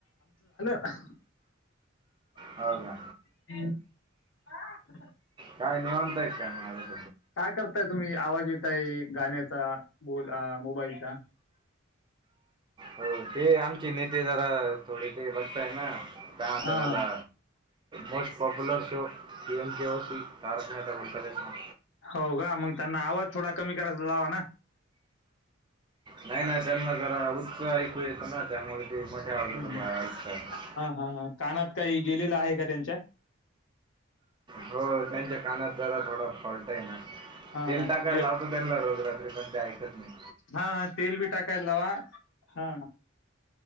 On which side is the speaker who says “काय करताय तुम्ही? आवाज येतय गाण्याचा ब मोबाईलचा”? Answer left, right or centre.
Left